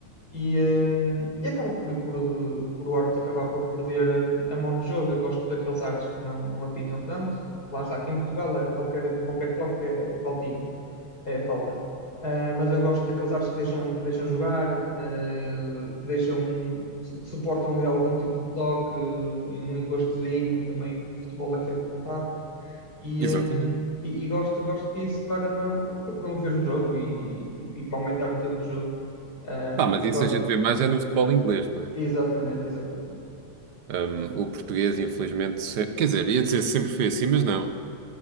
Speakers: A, on the left; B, on the right.
A: e, eh, e acaba por, por, eh, por o árbitro acabar por perder eh, a mão no jogo. Eu gosto daqueles árbitros que não, não apitam tanto. Lá está, aqui em Portugal eh, qualquer, qualquer toque é, é faltinha. É, é falta. Ah, mas eu gosto daqueles árbitros que deixam, que deixam jogar, ah, que deixam, que suportam ali algum tipo de toque, um encostozinho também, porque o futebol é feito de contacto. E,
B: Exatamente.
A: hum, e, e gosto, gosto disso para, não, para, para promover o jogo e, e- e para aumentar o tempo de jogo. Hum,
B: Pá, mas
A: agora,
B: isso a gente vê mais é no futebol inglês, não é?
A: exatamente, exatamente.
B: Hum, o português, infelizmente, se- quer dizer, ia dizer sempre foi assim, mas não.